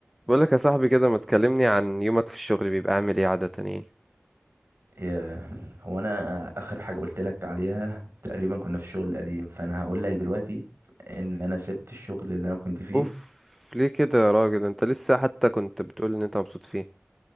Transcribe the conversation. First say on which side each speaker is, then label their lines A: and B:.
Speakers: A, in the centre; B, on the right.
A: بقول لك يا صاحبي كده ما تكلمني عن يومك في الشغل بيبقى عامل ايه عادة يعني
B: يا- هو انا اخر حاجه قلت لك عليها تقريبا كنا في الشغل القديم فانا هقول لك دلوقتي ان انا سبت الشغل اللي انا كنت فيه
A: اوف ليه كده يا راجل انت لسه حتى كنت بتقول ان انت مبسوط فيه